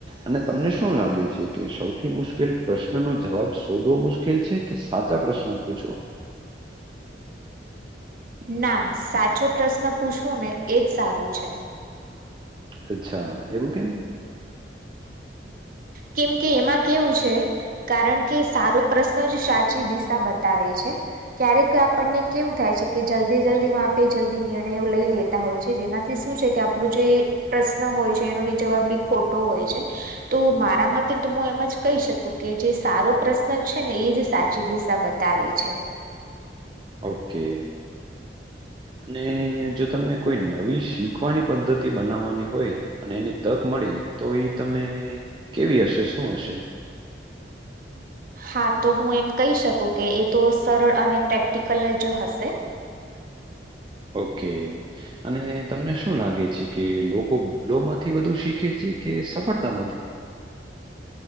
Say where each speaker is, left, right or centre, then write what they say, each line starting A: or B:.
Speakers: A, on the right (about 25°); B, on the right (about 50°).
A: અને તમને શું લાગે છે કે સૌથી મુશ્કેલ પ્રશ્ન નો જવાબ શોધવો મુશ્કેલ છે કે સાચા પ્રશ્નો પૂછો
B: ના સાચો પ્રશ્ન પૂછો ને એજ સારું છે.
A: અચ્છા એવું કેમ?
B: કેમ કે એમાં કેવું છે કારણ કે સારો પ્રશ્ન જ સાચી દિશા બતાવે છે. ક્યારેક આપણને કેવું થાય છે કે જલ્દી જલ્દી માં આપે જલ્દી નિર્ણયો લઈ લે તા હોય છે જેનાથી શું છે કે આપણું જે પ્રશ્ન હોય છે એનો બી જવાબ બી ખોટો હોય છે. તો માર મતે તો હું એમ જ કહી શકું કે જે સારો પ્રશ્ન છે ને એ જ સાચી દિશા બતાવે છે.
A: ઓકે અને જો તમને કોઈ નવી શીખવાની પદ્ધતિ બનાવવાની હોય અને એની તક મળે તો એ તમે કેવી હશે શું હશે?
B: હા તો હું એમ કહી શકું કે એ તો સરળ અને પ્રેક્ટિકલ જ હશે.
A: ઓકે અને તમને શું લાગે છે કે લોકો ભૂલો માંથી વધુ શીખે છે કે સફળતા માંથી?